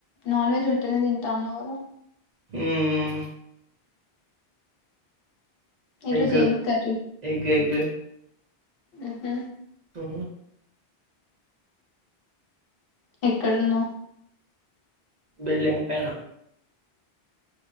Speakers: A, on the left (about 65°); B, on the right (about 50°).
A: నాన్ వెజ్ ఉంటేనే తింటాన్నావు కదా
B: మ్మ్
A: ఈరోజు
B: ఎగ్,
A: ఏం కర్రీ
B: ఎగ్, ఎగ్.
A: ఆహ
B: అ
A: ఎక్కడ ఉన్నావ్
B: బిల్డింగ్ పైన